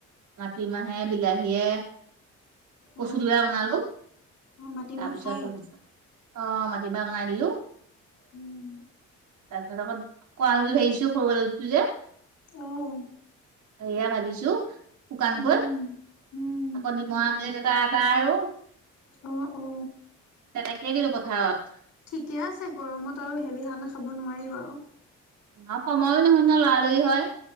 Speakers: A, on the right; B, on the left.
A: মাটিমাহে, বিলাহীয়ে কচু
B: অ',
A: দিবা বনালো,
B: অ', মাটিমাহ
A: তাৰপিছত
B: খায়।
A: অ' মাটিমাহ বনাই দিলোঁ।
B: উম,
A: তাৰপিছত আকৌ কল আলু বুলি ভাবিছোঁ সৰুটো যে।
B: অ',
A: এয়া ভাজিছোঁ শুকানকৈ,
B: উম, উম,
A: আকৌ ডিমৰা বুলি তা তা আৰু
B: অ', অ'।
A: তেনেকেই দিলোঁ পথাৰত।
B: ঠিকে আছে, গৰমত আৰু হেভি খাব নোৱাৰি বাৰু।
A: অ'! সময়ো নহয়, নহয়, লৰালৰি হয়।